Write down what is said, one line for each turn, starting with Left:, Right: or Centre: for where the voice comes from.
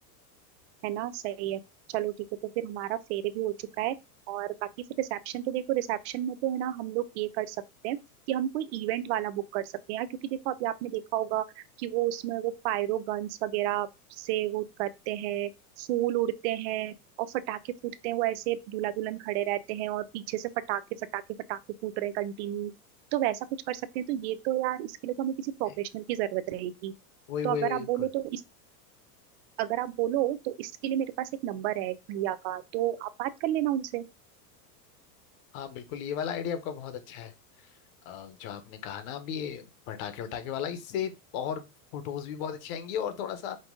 Right: है ना सही है चलो ठीक है तो फिर हमारा फेरे भी हो चुका है और बाकी फिर रिसेप्शन तो देखो रिसेप्शन में तो है ना हम लोग ये कर सकते हैं कि हम कोई इवेंट वाला बुक कर सकते हैं यार क्योंकि देखो अभी आपने देखा होगा कि वो उसमें वो पायरो गन्स वगैरह से वो करते हैं फूल उड़ते हैं और फटाके फूटते हैं वो ऐसे दूल्हा दुल्हन खड़े रहते हैं और पीछे से फटाके फटाके फटाके फूट रहे कंटिन्यू तो वैसा कुछ कर सकते हैं तो ये तो यार इसके लिए तो हमें किसी प्रोफेशनल
Left: ए,
Right: की जरूरत रहेगी
Left: वही
Right: तो
Left: वही
Right: अगर
Left: वही
Right: आप
Left: बिल्कुल
Right: बोलो तो अगर आप बोलो तो इसके लिए मेरे पास एक नंबर है एक भैया का तो आप बात कर लेना उनसे
Left: हाँ बिल्कुल ये वाला आइडिया आपका बहुत अच्छा है अ, जो आपने कहा ना अभी ये पटाखे वटाखे वाला इससे और फोटोज भी बहुत अच्छी आएंगी और थोड़ा सा